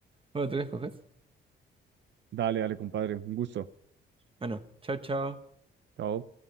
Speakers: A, on the right; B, on the right.
A: Bueno, ¿tú qué escoges?
B: Dale, dale, compadre, un gusto.
A: Bueno, chao, chao.
B: Chao.